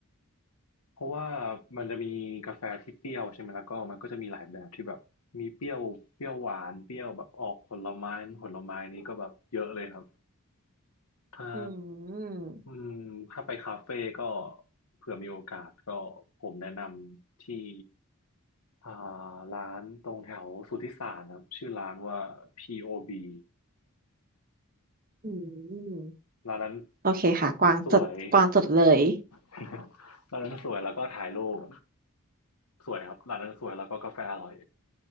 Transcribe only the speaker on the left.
เพราะว่ามันจะมีกาแฟที่เปรี้ยวใช่ไหมแล้วก็มันก็จะมีหลายแบบที่แบบมีเปรี้ยวเปรี้ยวหวานเปรี้ยวแบบออกผลไม้ผลไม้นี้ก็แบบเยอะเลยครับถ้า
อืมถ้าไปคาเฟ่ก็เผื่อมีโอกาสก็ผมแนะนำที่อ่าร้านตรงแถวสุทธิสารครับชื่อร้านว่า POB
ร้านนั้น
สวย <laughs> ร้านนั้นสวยแล้วก็ถ่ายรูปสวยครับร้านนั้นสวยแล้วก็กาแฟอร่อย